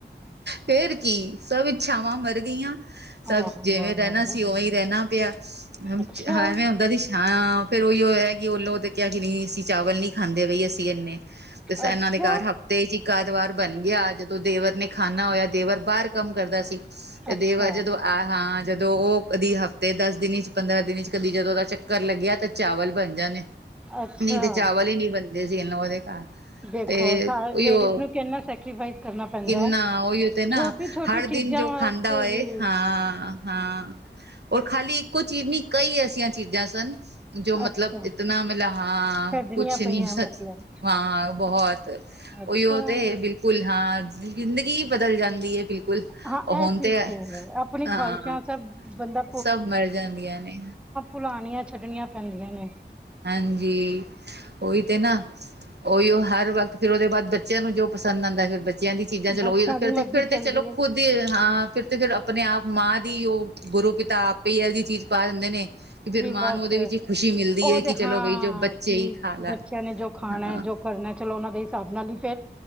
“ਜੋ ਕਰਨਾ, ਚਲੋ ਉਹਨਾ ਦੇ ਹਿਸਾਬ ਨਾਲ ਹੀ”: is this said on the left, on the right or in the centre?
Centre